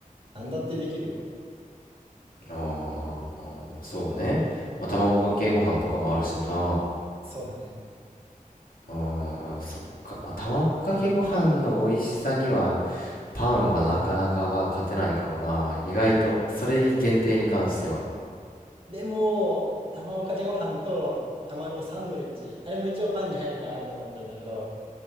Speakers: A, on the right (about 40°); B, on the left (about 80°).
A: なんだってできるよ。
B: あー、あーそうね。まあ、卵かけご飯とかもあるしな。
A: そうだね。
B: あー、そっか。まあ、卵かけご飯の美味しさには、パンはなかなか勝てないかもな。意外と、それに限定に関しては。
A: でも、卵かけご飯と卵サンドイッチ、あれも一応パンに入るかなって思ってるんだけど、